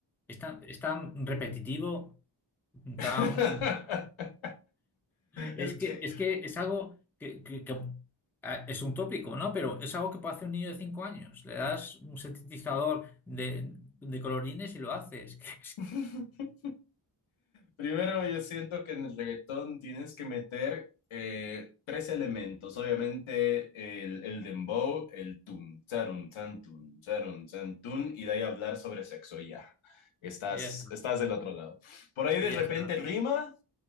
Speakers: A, in the centre; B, on the left.
A: es tan, es tan repetitivo
B: <laughs>
A: Tan- Es
B: Es
A: que,
B: que
A: es que es algo que, que- que, ah, es un tópico, ¿no? Pero es algo que puede hacer un niño de cinco años. Le das un sintetizador de, de colorines y lo haces. <laughs>
B: <laughs> Primero, yo siento que en el reggaetón tienes que meter eh, tres elementos. Obviamente, el, el dembow, el tun, charun, chan, tun, charun, chan, y de ahí hablar sobre sexo y ya. Estás,
A: Y ya está.
B: estás del otro lado. Por ahí de
A: Y ya
B: repente
A: está.
B: rima